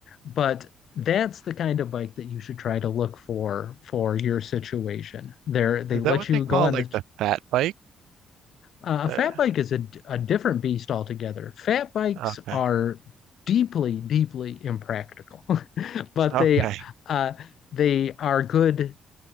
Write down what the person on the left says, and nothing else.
but that's the kind of bike that you should try to look for for your situation. There, they
let
you
go on
the
uh, a
fat bike is a a different beast altogether. Fat bikes
are deeply, deeply impractical, <laughs> but
they uh, they are good